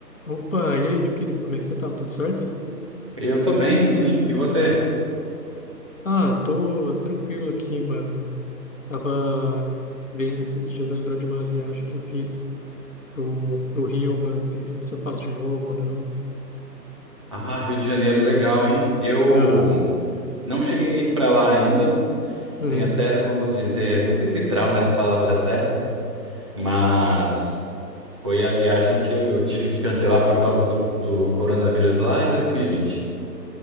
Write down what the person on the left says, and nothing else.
Opa, e aí, meu querido, como é que você tá? Tudo certo?
Ah, tô tranquilo aqui, mano. Tava vendo esses dias, lembrando de uma viagem que eu fiz pro, pro Rio, mano, pensando se eu faço de novo ou não.
Aham.
Uhum.